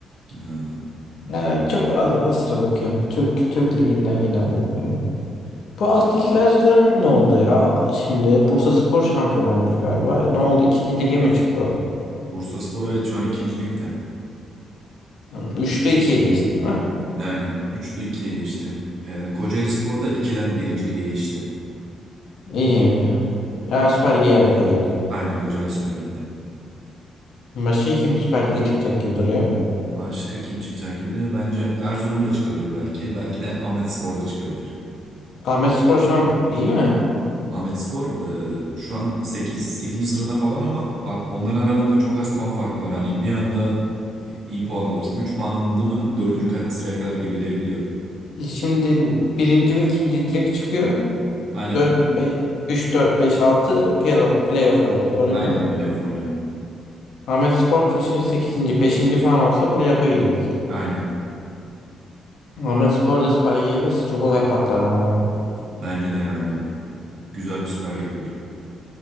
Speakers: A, on the right; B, on the left.
A: Ee,
B: Yani çok az ara sıra bakıyorum. Türk Türk Ligi'nden genelde bakıyorum. Bu
A: e,
B: alt liglerden ne oldu ya? Şimdi Bursaspor şampiyon olmuş galiba. Ne oldu? İkinci lige mi çıktı o?
A: Bursaspor evet şu an ikinci ligde.
B: Hı, Üçte ikiye geçti değil mi?
A: Aynen 3'lü ikiye geçti. Ee, Kocaelispor da iki'den 1. lige geçti.
B: İyi. Ya Süper Lig'e geldik Kocaeli'ne.
A: Aynen Kocaeli Kocaelispor Lig'de.
B: Başka kim Süper Lig'e çıkacak gibi duruyor.
A: Başka kim çıkacak gibi diyor. Bence Erzurum da çıkabilir belki. Belki de Ahmetspor da çıkabilir.
B: Ahmetspor şu an iyi mi?
A: Ahmetspor e, şu an sekiz sekizinci sırada falan ama ar- onların aralarında çok az puan farkı var. Hani bir anda iyi puan alırız. üç puan alındı mı Dördüncü ka- sıraya kadar gerileyebiliyor.
B: Şimdi birinci ve ikinci direkt çıkıyor.
A: Aynen.
B: 4 5 3 4 5 6 playoff, playoff oynuyor. Doğru değil
A: Aynen
B: mi?
A: playoff oynuyor.
B: Ahmetspor kaçıncı? 8. 5. falan olsa playoff'a girecek.
A: Aynen.
B: Ahmetspor da Süper Lig'e gelirse çok olay patlar ama ya.
A: Bence de yani güzel bir Süper Lig olur.